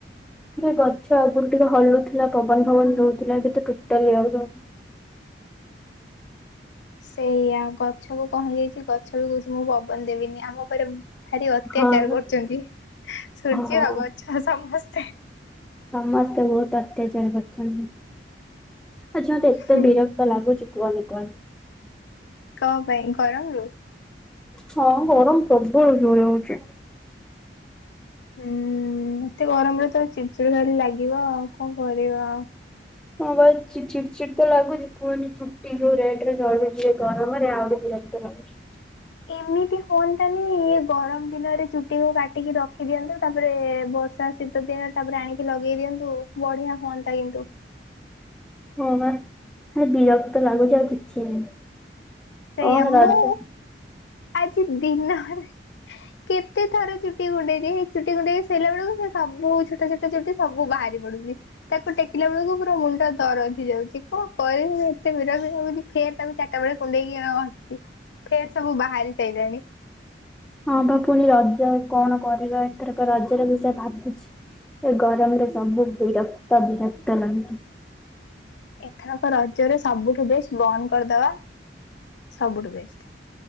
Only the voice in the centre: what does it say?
ଗଛ ଆଗରୁ ଟିକେ ହଲୁଥିଲା ପବନ ଫବନ ଦଉଥିଲା ଏବେ ତ ଟୋଟାଲି ଆଉ ଦଉନି।
ହଁ
ହଁ।
ସମସ୍ତେ ବହୁତ ଅତ୍ୟାଚାର କରୁଛନ୍ତି ଆଜି ମୋତେ ଏତେ
ବିର କ୍ତ ଲାଗୁଛି କୁହନି କୁହନି।
ହଁ ଗରମ ପ୍ରବଳ ଜୋରେ ହଉଛି।
ହଁ ବା ଚିଡ୍ ଚି ଚିଡ୍ ତ ଲାଗୁଛି କୁହନ ଚୁଟି ଯୋଉ ରେଟ୍ ରେ ଝଡୁଛି ଗରମରେ ଆହୁରି ବିରକ୍ତ ଲାଗୁଛି।
ହଁ ବା ବିରକ୍ତ ଲାଗୁଛି। ଆଉ କିଛି ଦିନ
କଣ
ରଜ
ହଁ ପା ପୁଣି ରଜ କଣ କରିବା ଏଥରକ ରଜର ବିଷୟ ଭାବୁଛି। ଏ ଗରମରେ ସବୁ ବିରକ୍ତ ବିରକ୍ତ ଲାଗୁଚି।